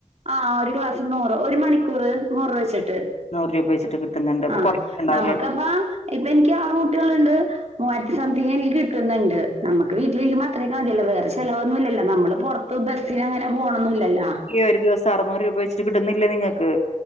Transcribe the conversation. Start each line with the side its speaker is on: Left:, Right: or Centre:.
Right: ആ ഒരു ക്ലാസ്സിൽ നൂറ് ഒരു മണിക്കൂർ നൂറ് രൂപ വെച്ചിട്ട്
Left: നൂറ് രൂപ വെച്ചിട്ട് കിട്ടുന്നുണ്ട് അപ്പൊ
Right: ആഹ്
Left: കൊറേ ഉണ്ടാവൂലേ
Right: നമുക്കപ്പ ഇപ്പ എനിക്ക് ആറ് കുട്ടികൾണ്ട് മൂവായിരത്തി സംതിങ് എനിക്ക് കിട്ടുന്നുണ്ട് നമുക്ക് വീട്ടിൽ ഇരിക്കുമ്പോ അത്ര കാര്യല്ല വേറെ ചിലവന്നു ഇല്ലല്ലോ നമ്മള് പൊറത്ത് ബസ്സിന് അങ്ങനെ പോണൊന്നു ഇല്ലല്ലോ
Left: ഒരു ദിവ സ അറുനൂറ് രൂപ വെച്ചിട്ട് കിട്ടുന്നില്ലേ നിങ്ങൾക്ക്